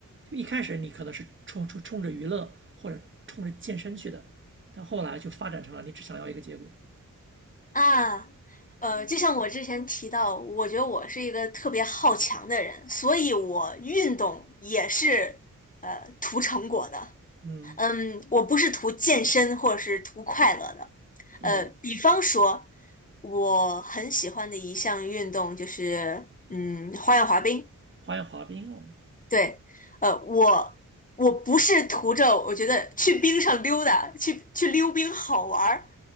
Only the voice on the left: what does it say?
啊，呃，就像我之前提到，我觉得我是一个特别好强的人，所以我运动也是呃图成果的。
嗯，我不是图健身或者是图快乐的。
呃，比方说，我很喜欢的一项运动就是嗯花样滑冰。
对，呃，我我不是图着我觉得去冰上溜达，去去溜冰好玩儿，